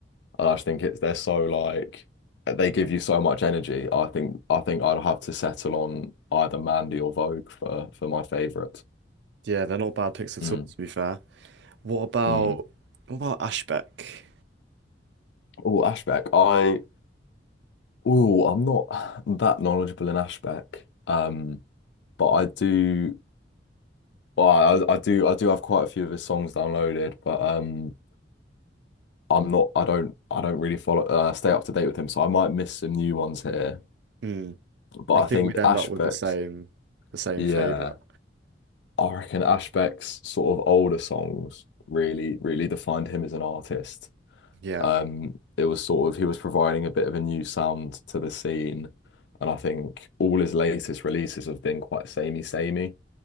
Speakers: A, on the left; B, on the right.
A: And I just think it's they're so like they give you so much energy. I think I think I'd have to settle on either Mandy or Vogue for for my favourite.
B: Yeah, they're not bad picks at
A: Mm,
B: all, to be fair. What about
A: mm.
B: what about Ashbeck?
A: Oh, Ashbeck. I oh, I'm not that knowledgeable in Ashbeck. Um, but I do well, I, I do I do have quite a few of his songs downloaded, but um I'm not I don't I don't really follow uh, stay up to date with him, so I might miss some new ones here.
B: Hmm.
A: But
B: I
A: I
B: think
A: think
B: we'd end
A: Ashbeck's
B: up with the same the same
A: yeah.
B: favorite.
A: I reckon Ashbeck's sort of older songs really, really defined him as an artist.
B: Yeah.
A: Um, it was sort of he was providing a bit of a new sound to the scene, and I think all his latest releases have been quite samey, samey,